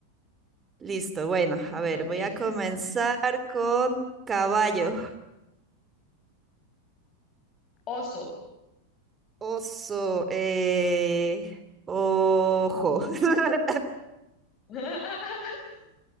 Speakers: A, on the right; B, on the left.
A: Listo, bueno, a ver,
B: Empiezas.
A: voy a comenzar con caballo,
B: Oso.
A: oso, eh, ojo, <laughs>
B: <laughs>